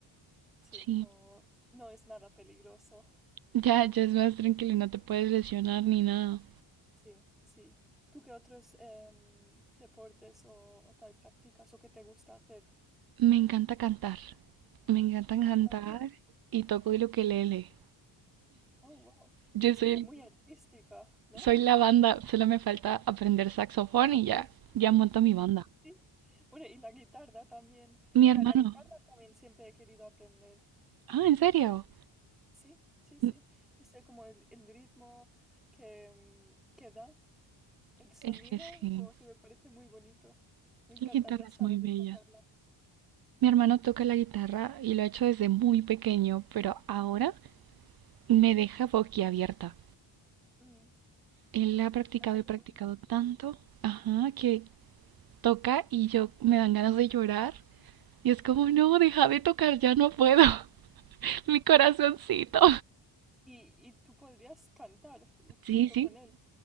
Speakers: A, in the centre; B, on the right.
A: Sí,
B: Sí,
A: no, no es nada peligroso.
B: ya, ya es más tranquilo, no te puedes lesionar ni nada.
A: Sí, sí. ¿Tú qué otros em, deportes o, o tal practicas o qué te gusta hacer?
B: Me encanta cantar. Me encanta cantar
A: Ah, también.
B: y toco el ukelele.
A: Oh, wow.
B: Yo
A: Eres
B: soy,
A: como muy artística, ¿no?
B: soy la banda, solo me falta aprender saxofón y ya, ya monto mi banda.
A: Sí. Bueno, y la guitarra también.
B: Mi
A: Mira,
B: hermano.
A: la guitarra también siempre he querido aprender.
B: Ah, ¿en serio?
A: Sí, sí, sí.
B: Mm,
A: No sé, como el, el ritmo que, em, que da, el sonido,
B: Es que sí,
A: como que me parece muy bonito. Me encantaría
B: la guitarra
A: saber
B: es muy bella.
A: tocarla.
B: Mi hermano toca la guitarra y lo ha hecho desde muy pequeño, pero ahora me deja boquiabierta.
A: Mm,
B: Él ha practicado
A: la toca
B: y practicado
A: muy bien.
B: tanto, ajá, que toca y yo me dan ganas de llorar. Y es como,
A: Mm,
B: no, deja de tocar, ya no puedo. <laughs> <laughs> Mi corazoncito.
A: y, y tú podrías cantar ju- junto
B: Sí, sí.
A: con él.